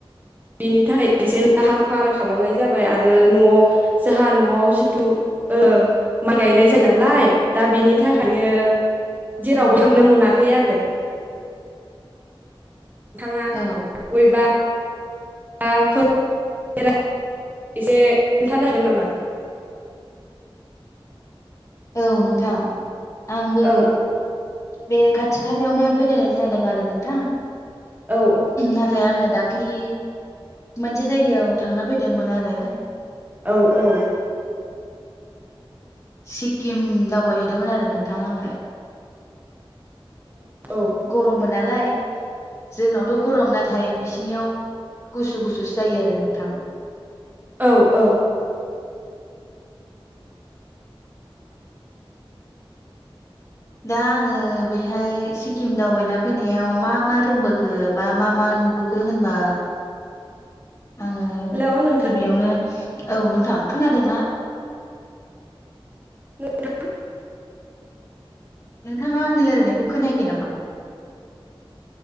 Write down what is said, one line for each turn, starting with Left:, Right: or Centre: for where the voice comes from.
Right: बिनि थाखाय एसे लाहार फाहार खालामनाय जाबाय आरो न'आव जाहा न'आव जिथु ओ माइ गायनाय जायो नालाय दा बिनि थाखायनो जेरावबो
Left: औ नोंथां
Right: थांनो मोनाखै आरो। नोंथांङा
Left: औ
Right: अवेबा <unintelligible> एसे खोन्थानो हागोन नामा?
Left: औ नोंथां आंबो
Right: औ
Left: बे खाथि खालायावनो बेरायनाय जादों आरो नोंथां
Right: औ
Left: नाथाय आंङो दा ख्लि मोनसे जायगायाव थांना फैदोंमोन आरो
Right: औ औ
Left: सिक्किम दावबायहैदोंमोन आरो नोंथां आंङो
Right: औ
Left: गरम बो नालाय जोंनावथ' गरम नाथाय बिसिनियाव गुसु गुसुसो जायो आरो नोंथां
Right: औ औ
Left: दा आंङो बेहाय सिक्किम दावबायना फैनायाव मा मा रोंबोखो बा मा मा नुबोखो होनबा आंङो
Right: हेलौ नोंथां
Left: गिबियावनो औ नोंथां खोनादों ना?
Right: <unintelligible>
Left: नोंथांङा आंनि लायरायनायखौ खोनायाखै नामा?